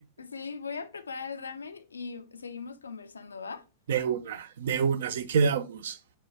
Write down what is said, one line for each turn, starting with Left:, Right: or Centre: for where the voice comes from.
Left: Sí, voy a preparar el ramen y seguimos conversando, ¿va?
Right: de una, de una, así quedamos.